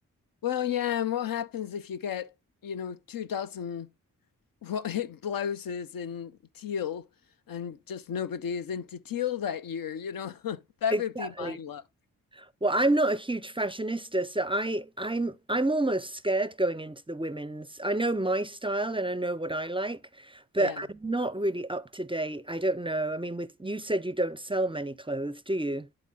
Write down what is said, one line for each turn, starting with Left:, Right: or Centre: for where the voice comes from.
Left: Well, yeah, and what happens if you get, you know, two dozen white <laughs> blouses in teal and just nobody is into teal that year, you know? <laughs> That
Right: Exactly.
Left: would be my luck.
Right: Well, I'm not a huge fashionista, so I I'm I'm almost scared going into the women's. I know my style and I know what I like, but
Left: Yeah.
Right: I'm not really up to date. I don't know. I mean, with you said you don't sell many clothes, do you?